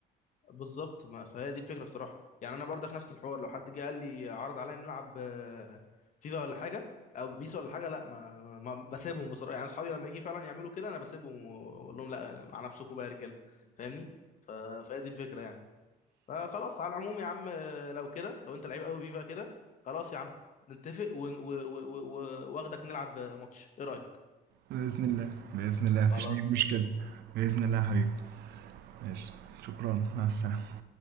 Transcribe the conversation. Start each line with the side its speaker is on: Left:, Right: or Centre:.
Left: بالظبط ما- فهي دي الفكره بصراحه يعني انا برضك نفس الحوار لو حد جه قال لي عرض عليا نلعب آه، فيفا ولا حاجه او بيس ولا حاجه لا ما, ما بسيبهم بصراحه يعني اصحابي لما يجي فعلا يعملوا كده انا بسيبهم واقول لهم لا مع نفسكم بقى يا رجاله فاهمني ف- فهي دي الفكره يعني فخلاص على العموم يا عم آه، لو كده لو انت لعيب قوي فيفا كده خلاص يا عم نتفق ون- و- و- و- و- واخدك نلعب ماتش ايه رأيك؟
Right: بإذن الله بإذن الله مفيش
Left: خلاص
Right: أي مشكلة
Left: ماشي
Right: بإذن الله يا حبيبي ماشي شكرا مع السلامة